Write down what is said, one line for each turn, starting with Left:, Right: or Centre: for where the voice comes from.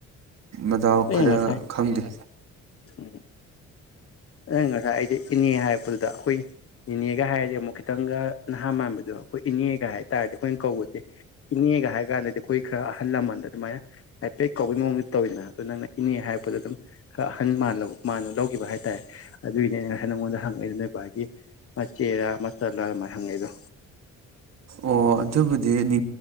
Right: ꯃꯗꯥꯎ
Left: ꯑꯩꯅ
Right: ꯈꯔ
Left: ꯉꯁꯥꯏ
Right: ꯈꯪꯗꯦ
Left: <unintelligible> ꯑꯩ ꯉꯁꯥꯏ ꯑꯩ ꯏꯅꯦ ꯍꯥꯏꯔꯛꯄꯗꯨꯗ ꯑꯩꯈꯣꯏ ꯅꯤꯅꯦꯒ ꯍꯥꯏꯔꯗꯤ ꯑꯃꯨꯛ ꯈꯤꯇꯪꯒ ꯅꯍꯥꯟ ꯃꯥꯟꯕꯗꯣ ꯑꯩꯈꯣꯏ ꯏꯅꯦꯒ ꯍꯥꯏ ꯍꯥꯏꯇꯥꯥꯔꯗꯤ ꯑꯩꯈꯣꯏꯅ ꯀꯧꯕꯁꯦ ꯏꯅꯦꯒ ꯍꯥꯏꯔ ꯀꯥꯟꯗꯗꯤ ꯑꯩꯈꯣꯏ ꯈꯔ ꯑꯍꯜ ꯂꯃꯟꯗ ꯑꯗꯨꯃꯥꯏꯅ ꯍꯥꯏꯐꯦꯠ ꯀꯧꯕꯒꯤ ꯃꯑꯣꯡꯗ ꯇꯧꯔꯤꯅ ꯑꯗꯨꯗꯣ ꯅꯪꯅ ꯏꯅꯦ ꯍꯥꯏꯔꯛꯄꯗ ꯑꯗꯨꯝ ꯈꯔ ꯑꯍꯟꯜ ꯃꯥꯥꯟꯅ ꯂꯧꯈꯤꯕ ꯍꯥꯏꯇꯥꯔꯦ ꯑꯗꯨꯒꯤꯅꯦ ꯉꯁꯥꯏ ꯅꯪꯉꯣꯟꯗ ꯍꯪꯉꯛꯏꯗꯣ ꯅꯣꯏ ꯕꯥꯏꯒꯤ ꯃꯆꯦꯔ ꯃꯆꯜꯂꯥ ꯑꯗꯨꯃꯥꯏꯅ ꯍꯪꯉꯛꯏꯗꯣ
Right: ꯑꯣ ꯑꯗꯨꯕꯨꯗꯤꯅꯦ